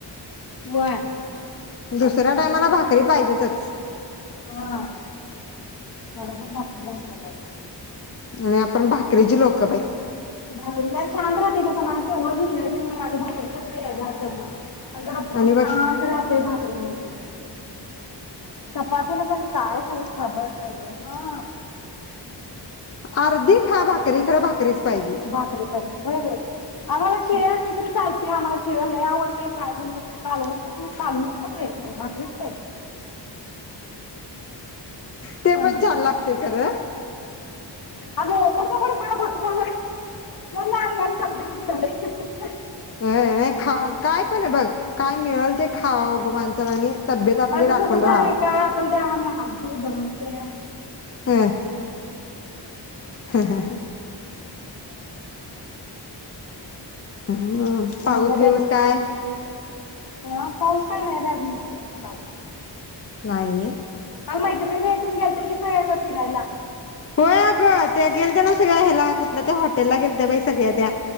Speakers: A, on the left; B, on the left.
A: व्हय.
B: दुसऱ्या टायमाला भाकरी पाहिजेतच.
A: <unintelligible> मला पण भाकरी लागते बाई.
B: आणि आपण भाकरीची लोकं बाई.
A: <unintelligible> भाकरे जरा छान लागते ग बाई <unintelligible> अन् जरा पोट
B: आणि बघ
A: शांत राहतय भाकरी मध्ये. चपात तेन झालं काय सगळं खळबळ खळबळ. हां.
B: आर्धी खा भाकरी, खरं भाकरीच पाहि
A: भाकरीे पाहिजे होय होय आम्हाला शिळ्या असेल तरी चाल ते आम्हाला शिळ्या आवडतय काय पण कसं कालवण काय माहित कालून खातोय भाकरीच पाहि
B: ते पण
A: अवघड
B: छान
A: आहे.
B: लागतय खरं.
A: अगं <unintelligible> खा. <unintelligible> मग मालवण. <unintelligible>
B: अ अ अ खा काय पण ये बघ काय मिळेल ते खावं ब माणसरानी तब्येत आपली
A: माझं
B: राखून
A: तसंच
B: राहावं.
A: आहे का असल ते बलवतया.
B: हां. हा हा हा.
A: <unintelligible>
B: हां
A: म्हणून
B: पाऊस-बिऊस काय?
A: हा पऊस काय नाय बाय अजून इकडं.
B: नाही.
A: काल मैत्रीण-मैत्रीण गेल्त्या की <unintelligible> फीरायला.
B: होय अगं ते गेलत्या ला सगळ्या ह्याला कुठल्या त्या हाॅट त्याला गेलत्या बाई सगळ्या त्या